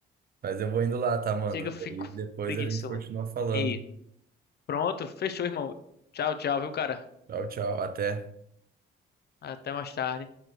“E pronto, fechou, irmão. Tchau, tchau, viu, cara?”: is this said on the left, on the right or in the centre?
Left